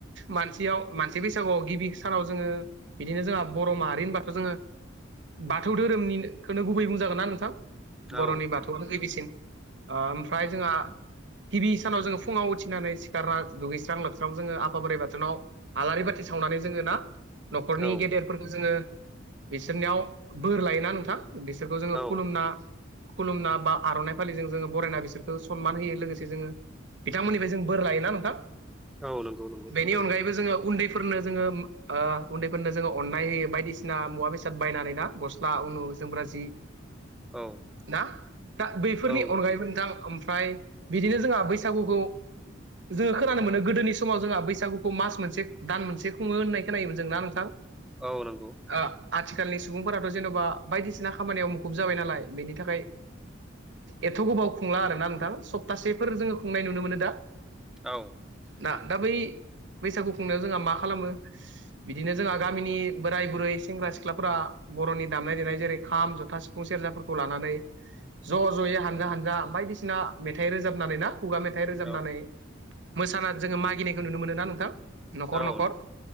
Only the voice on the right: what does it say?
मानसेयाव मानसे बैसागुआव गिबि सानाव जोङो बिदिनो जोंहा बर' माहारिनि बाथौ जोङो बाथौ धोरोमनि बेनो गुबै बुंजागोन नना नोंथां बर'नि
बाथौआनो गिबिसिन ओमफ्राय जोंहा हबि सानाव जोङो फुङाव उथिनानै सिखारना दुगैस्रां लोबस्रां जोङो आफा बोराइ बाथौोनाव आलारि बाथि सावनानै जोङो न'खरनि
गेदेरफोरखौ जोङो बिसोरनियाव बोर लायोना नोंथां बिसोरखौ जोङो
खुलुमना खुलुमना बा आर'नाइ फालिजों जोङो बरायना बिसोरखौ सनमान होयो लोगोसे जोङो बिथांमोननिफ्राय जों बोर लायोना नोंथां
बेनि
अनगायैबो जोङो उन्दै फोरनो जोङो उन्दैफोरनो जोङो अननाय होयो बायदिसिना मुवा बेसाद बायनानै ना गस्ला उनु जोमग्रा जि
दा बैफोरनि
अनगायैबो नोंथां ओमफ्राय बिदिनो जोंहा बैस बैसागुखौ जोङो खोनानो मोनो गोदोनि समाव जोंहा बैसागुखौ मास मोनसे दान मोनसे खुङो होननाय खोनोमोन जोंना नोंथां
आ आथिखालनि सुबुंफोराथ' जेन'बा बायदिसिना खामानियाव मुखुब जाबाय नालाय बेनि थाखाय एथ' गोबाव खुंला आरोना नोंथां सप्तासेफोर जोङो खुंनाय नुनो मोनो दा
ना दा बै बैसागु खुंनायाव जोंहा मा खालामो बिदिनो जोंहा गामिनि बोराय बुरै सेंग्रा सिख्लाफोरा बर'नि दामनाय देनाय जेरै खाम जथा सिफुं सेरजाफोरखौ लानानै ज' ज'यै हानजा हानजा बायदिसिना मेथाइ रोजाबनानै ना खुगा मेथाइ रोजाबनानै
मोसाना जोङो मागिनायखौ नुनो मोनो ना नोंथां न'खर
न'खर